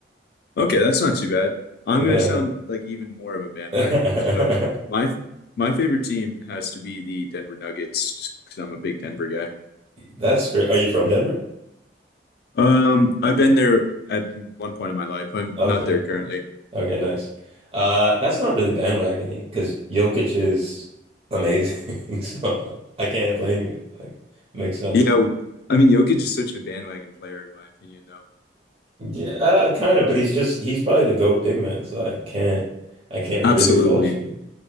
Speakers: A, on the left; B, on the right.
A: Okay, that's not too bad. I'm
B: Yeah.
A: gonna sound like even more of a bandwagon.
B: <laughs>
A: So my my favorite team has to be the Denver Nuggets, just because I'm a big Denver guy.
B: That's great. Are you from Denver?
A: Um I've been there at one point in my life. I'm
B: Okay.
A: not there currently.
B: Okay, nice. Uh, that's not really bandwagoning because Jokic is amazing. <laughs> So I can't blame you. Like, makes sense.
A: Yeah, I mean Jokic is such a bandwagon player in my opinion though.
B: Yeah, uh, kind of, but he's just he's probably the GOAT big man, so I can't I can't
A: Absolutely.
B: really fault you.